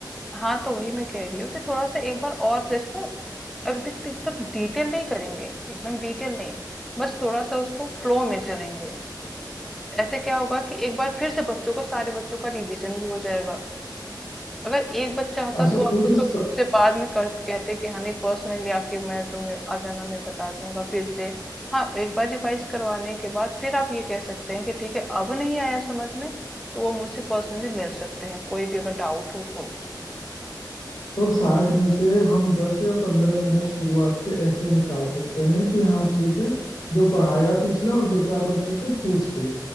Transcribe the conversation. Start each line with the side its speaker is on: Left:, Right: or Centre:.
Centre: हाँ तो वही मैं कह रही हूँ कि थोड़ा सा एक बार और जैसे ना, अभी तक तो एकदम डिटेल नहीं करेंगे एकदम डिटेल नहीं बस थोड़ा सा उसको फ्लो में चलेंगे ऐसे क्या होगा कि एक बार फिर से बच्चों को सारे बच्चों का रिवीजन भी हो जाएगा अगर एक बच्चा होता
Left: अच्छा
Centre: तो आप
Left: पूरे
Centre: उसको
Left: स,
Centre: उसे बाद में कर कहते कि हाँ नहीं पर्सनली आके मैं तुम्हें आ जाना मैं बता दूंगा फिर से हाँ एक बार रिवाइज करवाने के बाद फिर आप ये कह सकते हैं कि ठीक है अब नहीं आया समझ में तो वो मुझसे पर्सनली मिल सकते हैं कोई भी अगर डाउट हो तो
Left: तो साठ में से हम दस या पंद्रह मिनट शुरुआत के ऐसे निकाल सकते हैं कि हाँ ठीक है जो पढ़ाया पिछला और दो चार बच्चों से पूछ के